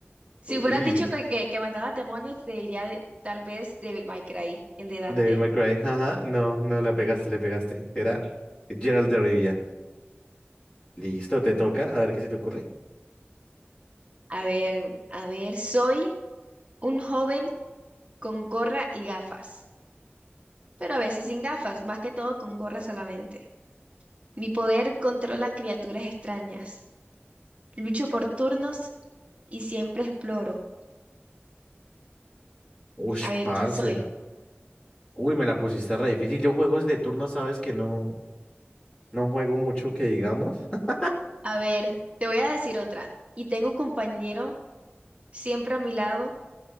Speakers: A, on the right (about 30°); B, on the left (about 25°).
A: Si hubieras
B: Uy,
A: dicho que, que, que mataba demonios, te diría de- tal vez Devil May Cry, el de Dante.
B: Devil May Cry, ajá, no, no, la pegaste, le pegaste. Era Gerald de Rivia. Listo, te toca, a ver qué se te ocurre.
A: A ver, a ver, soy un joven con gorra y gafas, pero a veces sin gafas, más que todo con gorra solamente. Mi poder controla criaturas extrañas. Lucho por turnos y siempre exploro.
B: Ush,
A: A ver,
B: parce.
A: ¿quién soy?
B: Uy, me la pusiste re difícil. Yo juegos de turno, sabes que no, no juego mucho que digamos. <laughs>
A: A ver, te voy a decir otra. Y tengo un compañero siempre a mi lado,